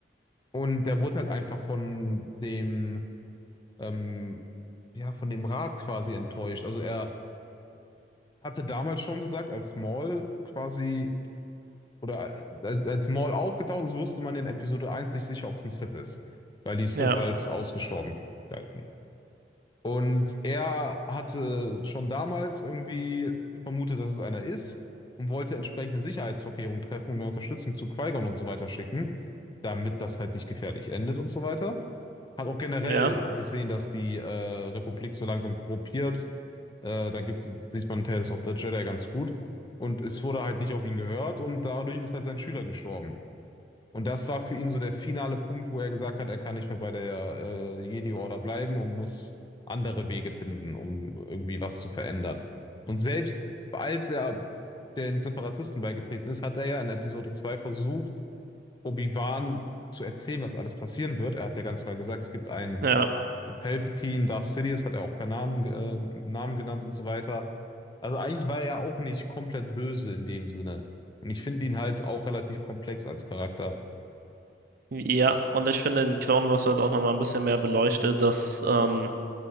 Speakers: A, on the left; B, on the right.
A: Und der wurde halt einfach von dem, ähm, ja, von dem Rat quasi enttäuscht. Also er hatte damals schon gesagt, als Maul quasi oder äh, als, als Maul aufgetaucht ist, wusste man in Episode eins nicht sicher, ob es ein Sith ist, weil die Sith
B: ja,
A: als ausgestorben galten. Und er hatte schon damals irgendwie vermutet, dass es einer ist und wollte entsprechende Sicherheitsvorkehrungen treffen und mehr Unterstützung zu Qui-Gon und so weiter schicken, damit das halt nicht gefährlich endet und so weiter. Hat auch generell
B: ja,
A: gesehen, dass die äh, Republik so langsam korrumpiert. Äh, da gibt's, sieht man Tales of the Jedi ganz gut. Und es wurde halt nicht auf ihn gehört und dadurch ist halt sein Schüler gestorben. Und das war für ihn so der finale Punkt, wo er gesagt hat, er kann nicht mehr bei der äh, Jedi-Order bleiben und muss andere Wege finden, um irgendwie was zu verändern. Und selbst als er den Separatisten beigetreten ist, hat er ja in Episode 2 versucht, Obi-Wan zu erzählen, was alles passieren wird. Er hat ja ganz klar gesagt, es gibt einen
B: ja.
A: Palpatine, Darth Sidious hat er auch per Namen, äh, Namen genannt und so weiter. Also eigentlich war er ja auch nicht komplett böse in dem Sinne. Und ich finde ihn halt auch relativ komplex als Charakter.
B: Ja, und ich finde, in Clone Wars wird auch nochmal ein bisschen mehr beleuchtet, dass ähm,